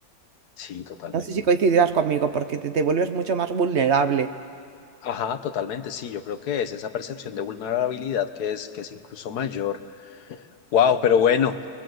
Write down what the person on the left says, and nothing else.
Sí, totalmente.
Ajá, totalmente, sí, yo creo que es esa percepción de vulnerabilidad que es, que es incluso mayor. Wow, pero bueno.